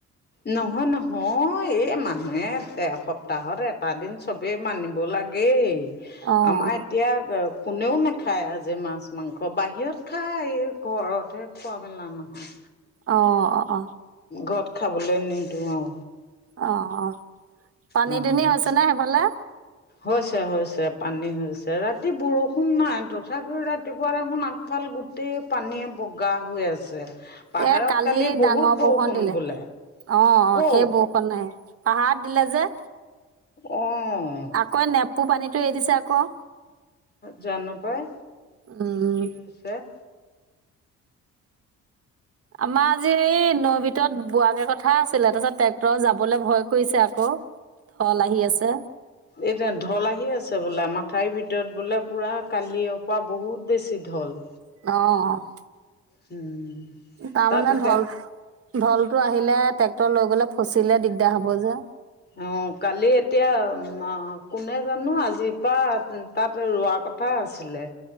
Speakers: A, on the left (about 35°); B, on the right (about 50°).
A: নহয় নহয় এই মানুহে তে সপ্তাহত এটা দিন চব- বে মানিব লাগেই,
B: অ',
A: আমাইত- তিয়া এ কোনেও নাখায় আজি মাছ মাংস বাহিৰত খায়, ঘৰতহে- খোৱাবেনা নহয়।
B: অঁ অঁ।
A: ঘৰত খাবলে নিদো আও।
B: অঁ অঁ পানী
A: আৰু
B: দুনি
A: অ
B: হৈছে নে সেইফালে।
A: হৈছে হৈছে পানী হৈছে, ৰাতি বৰষুণ নাই তথাপিও ৰাতিপুৱা দেখোন আগফাল গোট- গোটেই পানীয়ে বগা হৈ আছে। পাহাৰত
B: এ কালি
A: বহুত
B: ডাঙৰ
A: বৰষুণ
B: ব‌ৰষণ দিলে,
A: বোলে
B: অঁ অঁ
A: ক'ত
B: সেই ব- নাই, পাহাৰ দিলে যে।
A: অঁ
B: আকৌ নেপপু পানীটো এৰি দিছে আকৌ।
A: জানো পাই,
B: উম,
A: কিনোচ- ছে-
B: আমা আজি- এই নৈ ভিতৰত বোৱাগে কথা আছিলে তাছত ট্ৰেক্টৰ যাবলে ভয় কৰিছে আক। কল আহি আছে।
A: এই যে ঢল আহি আছে বোলো মাথাইৰ ভিতৰত বোলে পুৰা কালিৰ পৰা বহুত বেছি ঢল।
B: অঁ
A: উম
B: তাৰমানে
A: তাত এতিয়া
B: ঢল ঢলটো আহিলে ট্ৰেক্টৰ লৈ গলে ফচিলে দিগদাৰ হব যে।
A: অ কালি এতিয়া কোনে জানো আজিৰ পা- তাত ৰোৱা কথা আছিলে।